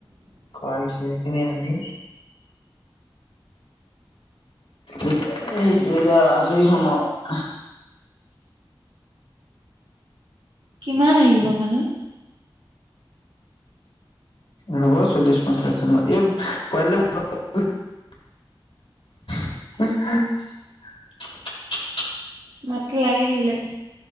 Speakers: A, on the left; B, on the right.
A: খোৱা হৈছে সেইখিনি আনি
B: <inaudible>
A: এই হেৰি কৰিলো আৰু আজৰি হম আৰু
B: কিমান আহিব মানুহ?
A: হ'ব চল্লিশ পঞ্চাশ জনন এই <unintelligible> অহ হাহ ঠাপ ঠুপ
B: মাতটো লাগি ধৰিলে।